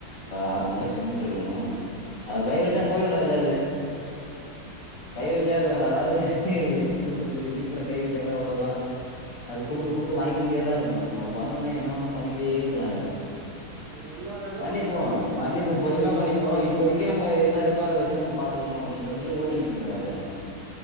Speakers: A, on the left; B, on the right.
A: ஆறு மூட்ட சிமெண்ட் எடுக்கணு அது கை வச்சா போயிடு ராஜா கை வச்சா அத அதாவது எப்டி சொல் றது வீட்டுல கை வச்சாக்கா அவ்வளதா அது குடுக்க குடுக்க வாங்கிக்கிட்டே தா இருக்கு நம்ம பண்ணும்னா என்ன வேணா பண்ணிகிட்டே இருக்கலா அதுல
B: நீ என்ன வேணாலும்
A: பண்ணிப்போ
B: பண்ண தேவையில்லை இப்போ
A: பண்ணிப்போ
B: எல்லாம்
A: பொறுமயா பண்ணிப்போ இப்போதைக்கி
B: அதான்
A: நம்ம என்னா இருக்கோ அத வச்சு நம்ம பாத்துக்குமா அப்டின்ற மாரி
B: நான்
A: ஓட்டிகிட்ருக்கே ராஜா நானு